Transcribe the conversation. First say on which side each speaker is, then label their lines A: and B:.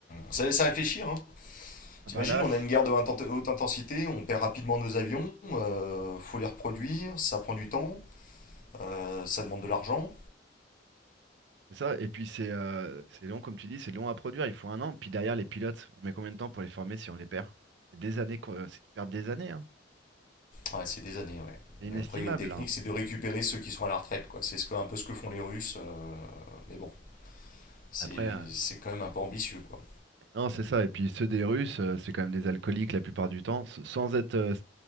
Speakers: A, on the left (about 50°); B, on the right (about 65°).
A: Ça laisse à réfléchir, hein.
B: Ah
A: T'imagines,
B: bah là,
A: on
B: c'est
A: a une guerre de inten- haute intensité, on perd rapidement nos avions, euh, faut les reproduire, ça prend du temps, euh, ça demande de l'argent,
B: c'est ça. Et puis c'est euh, c'est long, comme tu dis, c'est long à produire. Il faut un an. Puis derrière, les pilotes, on met combien de temps pour les former si on les perd? C'est des années qu'on- c'est tu perds des années, hein.
A: Ouais, c'est des années, ouais.
B: C'est inestimable,
A: Et après, il y a une technique,
B: là. hein.
A: c'est de récupérer ceux qui sont à la retraite, quoi. C'est ce que- un peu ce que font les Russes, euh, mais bon, c'est
B: Après, euh,
A: c'est quand même un peu ambitieux, quoi.
B: non, c'est ça. Et puis ceux des Russes, euh, c'est quand même des alcooliques la plupart du temps, s- sans être euh, s-